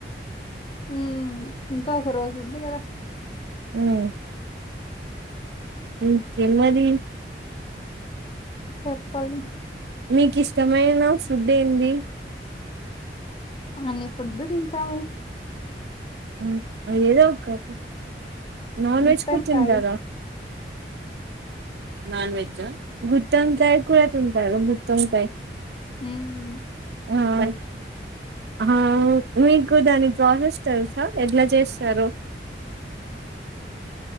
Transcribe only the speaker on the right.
మ్ ఇంకేం మరి
నీకిస్టమైన ఫుడ్ ఏంది
మ్ ఏదో ఒకటి నాన్ వెజ్
కూడా తింటారా నాన్వెజ్ గుత్తోంకాయ్ కూర తింటారు గుత్తోంకాయ్
ఆ అన్ అహా మీకు దాని ప్రోసెస్ తెలుసా ఎట్లా చేస్తారో